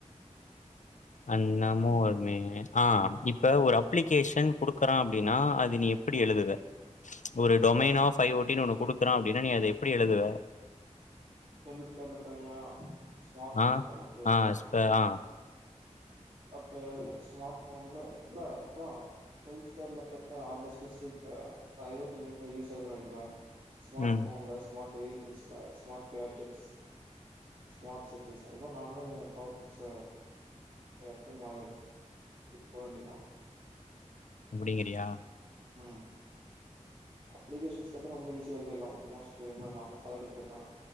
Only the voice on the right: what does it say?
ஹெல்த் கேர்ல தனியா ஸ்மார்ட்
போன் தனியா அப்படியா
அப்ப ஸ்மார்ட் போன்ல இல்ல அதா ஹெல்த் கேர்ல பாத்தா அந்த ஸ்பெசிபிக் தயோட்டின் எங்க யூஸ் ஆகுதுனு எழுதுவ ஸ்மார்ட்
போன்ல ஸ்மார்ட் வெஹிகிள்ஸ்ல ஸ்மார்ட் கேட்ஜெட்ஸ் ஸ்மார்ட் சிட்டீஸ் அதா நாமளே இனி டாபிக்ஸ எப்பய மா போவண்டிதா
உம் அப்ளிகேஷன்ஸ் கேட்ட ரொம்ப ஈஸிய எழுதிடலா மோஸ்ட்லி என்ன நாம கத அடிக்கிறதுதா